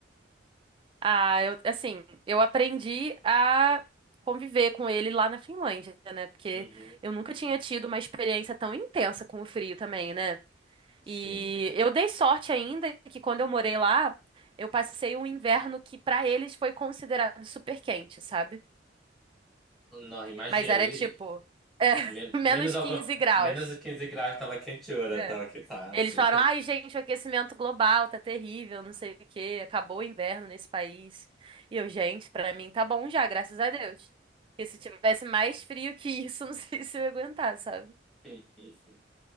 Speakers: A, on the right (about 25°); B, in the centre.
A: Ah, eu, assim, eu aprendi a conviver com ele lá na Finlândia, né? Porque
B: Uhum.
A: eu nunca tinha tido uma experiência tão intensa com o frio também, né?
B: Sim.
A: E eu dei sorte ainda que quando eu morei lá, eu passei um inverno que para eles foi considerado super quente, sabe?
B: Não, imagina.
A: Mas era
B: E-
A: tipo, é,
B: e- men-
A: <laughs> menos
B: Menos, algum,
A: 15 graus.
B: menos de quinze graus tava quente hora,
A: É.
B: tava quitaço.
A: Eles falaram, ai, gente, o aquecimento global tá terrível, não sei o quê, acabou o inverno nesse país. E eu, gente, pra mim tá bom já, graças a Deus. Porque se tivesse mais frio que isso, <laughs> não sei se eu ia aguentar, sabe?
B: <laughs> <laughs>